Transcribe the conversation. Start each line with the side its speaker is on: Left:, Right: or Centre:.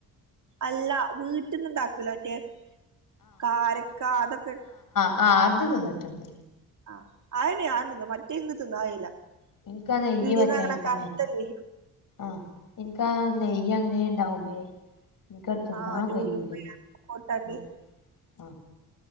Right: അല്ല വീട്ട്ന്ന ഇണ്ടാക്കുല്ലെ മറ്റേ കാരക്ക അതൊക്കെ
Left: ആഹ് അത് തിന്ന്ട്ട്ണ്ട്
Right: ആഹ് അയെന്നെ ഞാൻ തിന്നും മറ്റേ ഇന്ക്ക് തിന്നാ കയ്യില്ലാ
Left: എനിക്കാ നെയ്യ്
Right: പിടീന്ന്
Left: പറ്റാഞ്ഞിട്ടാണേ
Right: വാങ്ങ്ണെ കറുത്ത ലേഹ്യം
Left: ആഹ് ഇന്ക്കറ നെയ്യ് അങ്ങനെ ഇണ്ടാവുമ്പേ ഇന്ക്കാട് തിന്നാൻ
Right: ആഹ് മറ്റേ
Left: കയ്യൂലെ
Right: ഉലുവ പൊട്ടാണ്ട്
Left: <unintelligible>